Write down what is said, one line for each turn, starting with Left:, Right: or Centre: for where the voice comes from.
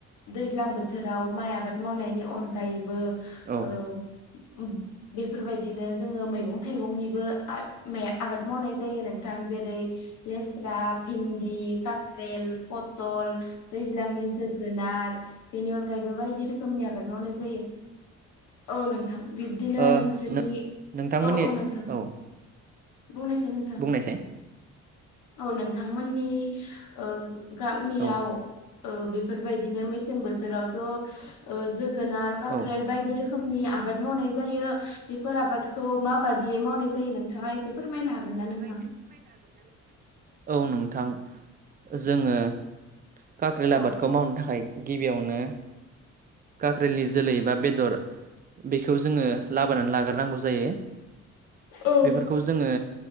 Left: दैज्लां बोथोराव माइ आबाद मावनायनि अनगायैबो
Right: औ
Left: ओ <unintelligible> बेफोरबायदिनो जोङो मैगं थाइगंनिबो आइफ मे आबाद मावनाय जायो नोंथां जेरै लेस्रा फिन्द दि काक्रेल पटल दैज्लांनि जोगोनार बेनि अनगायैबो बायदि दि रोखोमनि आबाद मावनाय जायो औ नोंथां बिब्दिनो
Right: ओ
Left: नोंसोरनि
Right: नोंथांमोननि
Left: औ नोंथां
Right: औ
Left: बुंनायसै नोंथां
Right: बुंनायसाय
Left: औ नोंथां आंनि ओ गामियाव
Right: औ
Left: ओ बेफोरबायदिनो मेसें बोथोरावथ'ओ जोगोनार काक्रेल
Right: औ
Left: बायदि रोखोमनि आबाद मावनाय जायो बेफोर आबादखौ मा बादियै मावनाय जायो नोंथाङा एसे फोरमायनो हागोन ना नोंथ
Right: एसे फोरमायनो हागोन ना नोंथां? औ नोंथां जोङो काक्रेल आबादखौ
Left: औ
Right: मावनो थाखाय गिबियावनो काक्रेलनि जोलै एबा बेदर बेखौ जोङो लाबोनानै लाग्रोनांगौ जायो।
Left: औ
Right: बेफोरखौ जोङो